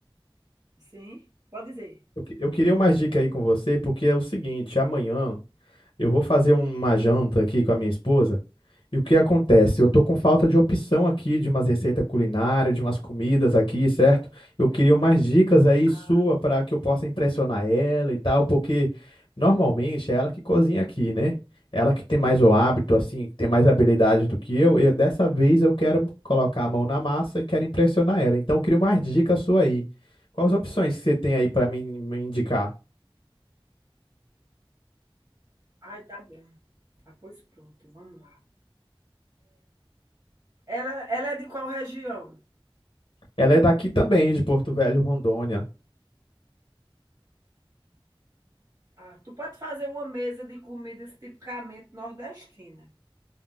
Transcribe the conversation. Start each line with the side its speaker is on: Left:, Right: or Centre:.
Right: Sim, pode dizer.
Left: Eu, que- eu queria umas dicas aí com você, porque é o seguinte, amanhã Eu vou fazer uma janta aqui com a minha esposa. E o que acontece? Eu tô com falta de opção aqui, de umas receitas culinárias, de umas comidas aqui, certo? Eu queria umas dicas aí
Right: Ah,
Left: sua para que eu possa impressionar ela e tal, porque normalmente é ela que cozinha aqui, né? Ela que tem mais o hábito, assim, que tem mais habilidade do que eu. E dessa vez eu quero colocar a mão na massa e quero impressionar ela. Então eu queria umas dicas sua aí. Quais opções que você tem aí para me me indicar?
Right: ai, tá bom. Ah, pois pronto, vamos lá. Ela, ela é de qual região?
Left: Ela é daqui também, de Porto Velho, Rondônia.
Right: Ah, tu pode fazer uma mesa de comidas tipicamente nordestina.